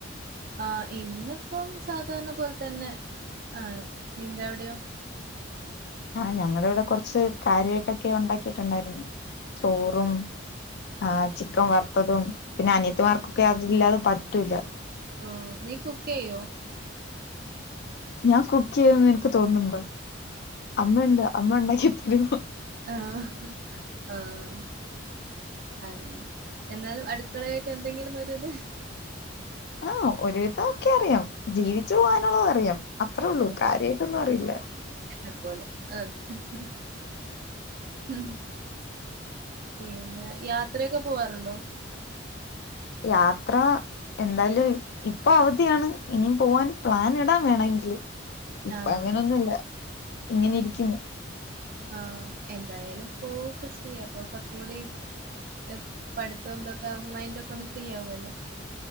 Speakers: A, on the right (about 50°); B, on the left (about 60°).
A: ആഹ് ഇന്നിപ്പം സാധാരണ പോൽ തന്നെ. ആണ് നിന്റവിടെയോ?
B: ആഹ് ഞങ്ങള് വിടെ കുറച്ച് കാര്യായിട്ടൊക്കെ ഉണ്ടാക്കിയിട്ടുണ്ടായിരുന്നു. ചോറും ആഹ് ചിക്കൻ വർ ത്തതും പിന്നെ അനിയത്തിമാർക്കൊക്കെ അതില്ലാതെ പറ്റുല്ല.
A: ഓഹ് നീ കുക്കെയ്യോ?
B: ഞാൻ കുക്കെയ്യുംന്ന് നിനക്ക് തോന്നുന്നുണ്ടോ? അമ്മ യൊണ്ട് അമ്മ ഒണ്ടാക്കി ത്തരും.
A: ആഹ് ആഹ് അങ്ങനെ എന്നാലും അടുക്കളയായിട്ട് എന്തെങ്കിലും ഒരിത്.
B: ആഹ് ഒരുവിതൊക്കെ അറിയാം. ജീവിച്ചു പോകാനുള്ളതറിയാം അത്രേ ഒള്ളൂ
A: ഓഹ്
B: കാര്യായിട്ടൊന്നു അറിയില്ല.
A: എന്നെ പോലെ ആഹ് ഉഹും ഹും പിന്നെ യാത്രെക്കെ പോവാറുണ്ടോ?
B: യാത്ര എന്തായാലും ഇപ്പൊ അവധിയാണ് ഇനിയും പോവാൻ പ്ലാൻ ഇടാംവേണെങ്കില്. ഇപ്പങ്ങനൊന്നുല്ല
A: ആഹ്
B: ഇങ്ങനെ
A: ഉം
B: ഇരിക്കുന്നു.
A: ആഹ് എന്തായാലും പോവൊക്കെ ചെയ്യ അപ്പൊ കൊർചൂടി എഹ് പഠിത്തം ഇതൊക്കെ മൈൻഡ് ഒക്കെ ഒന്ന് ഫ്രീ ആവൊല്ലോ